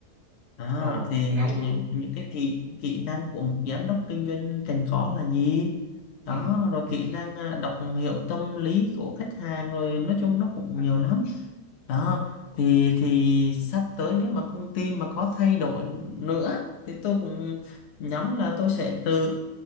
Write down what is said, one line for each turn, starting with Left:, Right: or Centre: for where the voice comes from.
Left: đó
Right: ồ
Left: thì
Right: ngắn
Left: học
Right: như
Left: những những cái kỹ kỹ năng của một giám đốc kinh doanh cần có là gì
Right: ừ
Left: đó rồi kỹ năng à, đọc hiểu tâm lý của khách hàng rồi nói chung nó cũng nhiều lắm đó thì thì sắp tới nếu mà công ty mà có thay đổi nữa thì tôi cũng nhắm là tôi sẽ tự